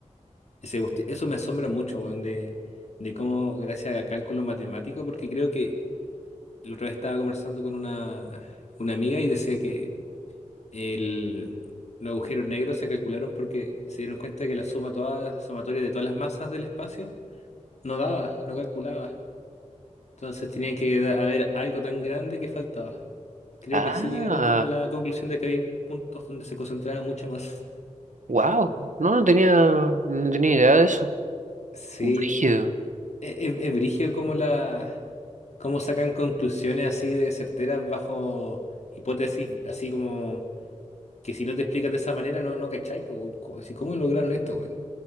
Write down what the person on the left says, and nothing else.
Ese cuesti- eso me asombra mucho, weón, de, de cómo gracias a cálculo matemático, porque creo que la otra vez estaba conversando con una, una amiga y decía que el, los agujeros negros se calcularon porque se dieron cuenta que la suma toda, sumatoria de todas las masas del espacio no daba, no calculaba. Entonces tenían que da- haber algo tan grande que faltaba. Creo
que así llegaron como a la conclusión de que había puntos donde se concentraba mucha más.
Sí,
e- e- es, brígido como la, cómo sacan conclusiones así de certeras bajo hipótesis, así como que si no te explican de esa manera no, no cachai, po, co- si ¿cómo lograron esto, weón?